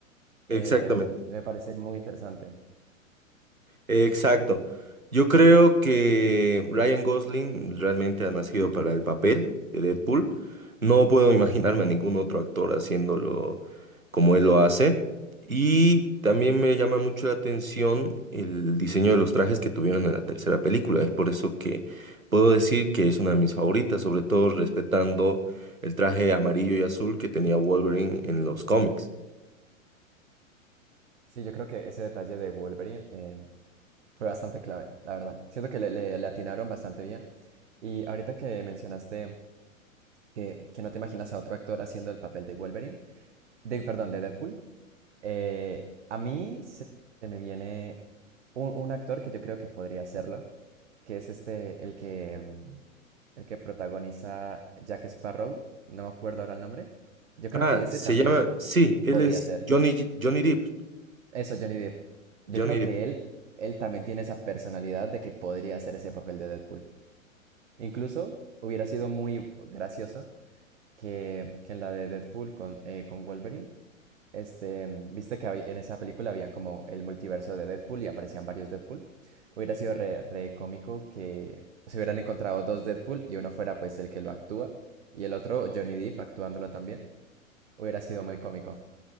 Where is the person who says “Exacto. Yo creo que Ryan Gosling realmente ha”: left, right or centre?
Right